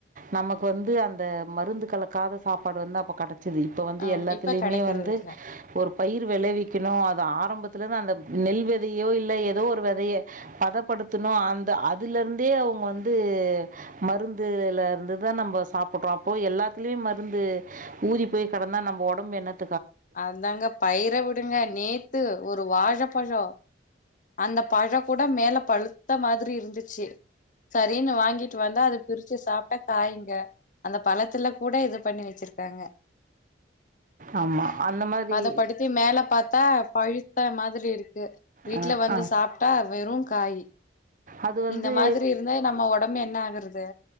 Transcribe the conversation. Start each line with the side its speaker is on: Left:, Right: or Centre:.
Right: நமக்கு வந்து அந்த மருந்து கலக்காத சாப்பாடு வந்து அப்ப கிடை ச்சிது இப்போ வந்து
Left: ஆ
Right: எல்லாத்துலயுமே
Left: இப்ப கெடைக்கிறது
Right: வந்து
Left: இல்ல
Right: ஒரு பயிர் வெளைவி க்கணு அது ஆரம்பத்துல இருந்து அந்த நெல் வெதையோ இல்ல ஏதோ ஒரு வெதைய பதப்படுத்தணு அந்த அதுல இருந்தே அவுங்க வந்து மருந்துல இருந்துதா நம்ப சாப்புடுறோ அப்போ எல்லாத்திலியு மருந்து ஊறி போய் கடந்தா நம்ப ஒடம்பு என்னத்
Left: அதாங்க பயிர விடுங்க நேத்து ஒரு வாழப்பழோ அந்த பழோக் கூட மேல பழுத்த மா திரி இருந்துச்சு சரின்னு வாங்கிட்டு வந்தா அது பிரிச்சு சாப்ட்டா காயுங்க அந்த பழத்துல கூட இது பண்ணி வெச்சிருக்காங்க
Right: ஆமா அந்த மாதிரி
Left: பதப்படுத்தி மேல பாத்தா பழுத்த மாதிரி இருக்கு வீட்ல
Right: அ,
Left: வந்து
Right: அ.
Left: சாப்ட்டா வெறு காயி
Right: அது வந்து
Left: இந்த மாதிரி இருந்தா நம்ம ஒடம்பு என்ன ஆகுறது